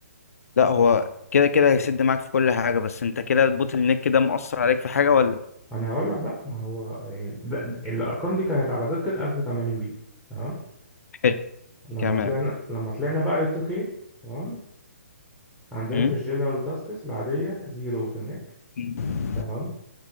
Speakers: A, on the left (about 70°); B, in the centre.
A: لا هو كده كده هيسد معاك في كل حاجة بس انت كده البوتل نيك كده مؤثر عليك في حاجة ولا
B: ما انا هقول لك بقى ما هو يعني ده ده- الارقام دي كانت على دقة 1080 بي تمام
A: حلو
B: لما
A: كمان
B: طلعنا لما طلعنا بقى لل 2K تمام عندنا
A: امم
B: في الجنرال تاسكس العادية زيرو بوتلنيك
A: مم.
B: تمام